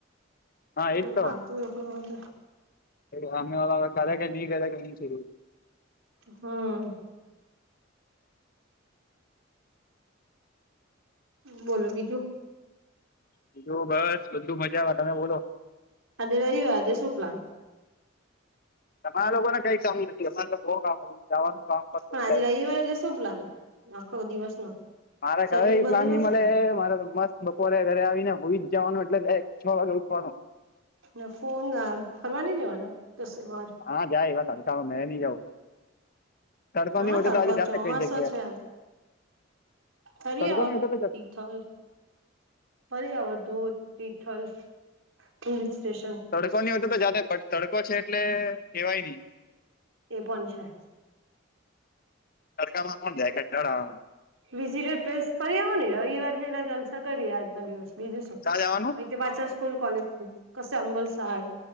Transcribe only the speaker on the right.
હ
ફાલતું એખ હ.
હમ. બોલો બીજું.
અને રવિવાર આજે શું પ્લાન?
પણ આજે
રવિવાર એટલે શું પ્લાન આખો દિવસ નો?
શેડ્યુલ
બંધેલો
હશે
ને
ના ફોન ફરવા નહી જવાના કશે વાર?
કા
તડકો
ચોમાસો
છે ફરી
આવો
તિથલ ફરી આવા ધોત, તિથલ, પોલીસ સ્ટેશન.
એ પણ છે.
વિઝિટર પ્લેસ ફરી આવો ને રવિવાર છે એટલે જલસા કરીએ આજનો દિવસ બીજું શું.
પછી પાછા સ્કૂલ કોલેજ કશે અં બલસાડ,